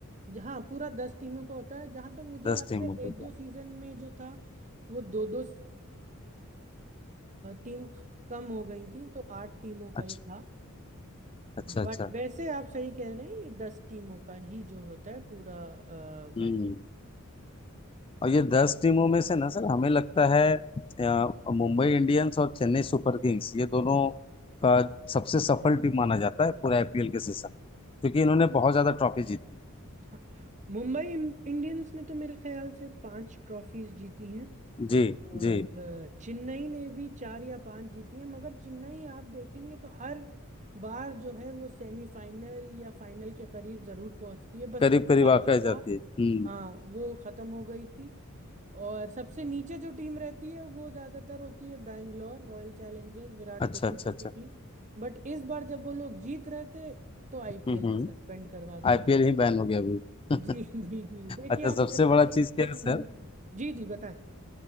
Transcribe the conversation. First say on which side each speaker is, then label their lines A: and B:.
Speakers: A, on the right; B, on the left.
A: जहाँ पूरा दस टीमों का होता है जहाँ तक मुझे
B: दस
A: याद
B: टीमों
A: है
B: का
A: एक दो सीजन में जो था वो दो दो टीम कम हो गई थी तो आठ टीमों
B: अच्छा
A: का ही था
B: अच्छा
A: बट
B: अच्छा
A: वैसे आप सही कह रहे हैं ये दस टीमों का ही जो होता है पूरा
B: हम्म
A: मैच
B: और ये दस टीमों में से ना सर हमें लगता है अ, मुंबई इंडियंस और चेन्नई सुपर किंग्स ये दोनों का सबसे सफल टीम माना जाता है पूरे आईपीएल के सीजन में। क्योंकि इन्होंने बहुत ज्यादा ट्रॉफी जीती
A: हाँ, मुंबई इंडियंस ने तो मेरे ख्याल से पांच ट्रॉफीज जीती हैं
B: जी
A: और
B: जी
A: अ, चेन्नई ने भी चार या पांच जीती हैं मगर चेन्नई आप देखेंगे तो हर बार जो है वो सेमीफाइनल या फाइनल के करीब जरूर पहुंचती है बस
B: करीब
A: इस
B: करीब
A: बार
B: आके
A: जो था
B: आ जाती है हम्म
A: हाँ वो खत्म हो गई थी और सबसे नीचे जो टीम रहती है वो ज्यादातर होती है बैंगलोर रॉयल चैलेंजर्स विराट
B: अच्छा
A: कोहली
B: अच्छा
A: की
B: अच्छा
A: टीम बट इस बार जब वो लोग जीत रहे थे तो आईपीएल
B: हम्म हम्म
A: सस्पेंड करवा दिया
B: आईपीएल ही बैन हो गया अभी <laughs>
A: जी जी जी देखिए
B: अच्छा
A: आप
B: सबसे
A: मेरे ख्याल
B: बड़ा चीज
A: से
B: क्या
A: एक
B: है
A: महीने
B: सर
A: जी जी बताएं